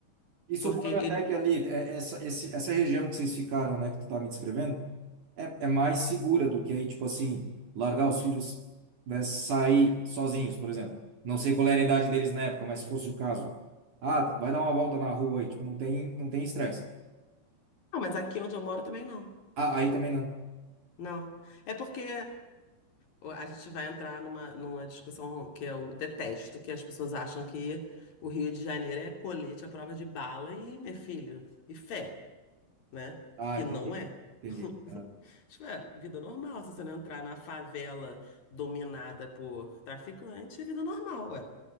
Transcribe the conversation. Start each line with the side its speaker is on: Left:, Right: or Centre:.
Right: E suponho
Left: Porque
Right: até
Left: ele.
Right: que ali, é- essa, esse, essa região que vocês ficaram, né, que tu tá me descrevendo, é, é mais segura do que aí, tipo assim, largar os filhos, né, sair sozinhos, por exemplo. Não sei qual era a idade deles na época, mas se fosse o caso. Ah, vai dar uma volta na rua aí, tipo, não tem, não tem estresse.
Left: Não, mas aqui onde eu moro também não.
Right: Ah, aí também não.
Left: Não. É porque a gente vai entrar numa, numa discussão que eu detesto, que as pessoas acham que o Rio de Janeiro é colete à prova de bala e, meu filho, e fé. né?
Right: Ah,
Left: Que
Right: entendi.
Left: não é.
Right: Entendi.
Left: <laughs>
Right: Ah,
Left: Tipo, é vida normal. Se você não entrar na favela dominada por traficante, é vida normal, ué.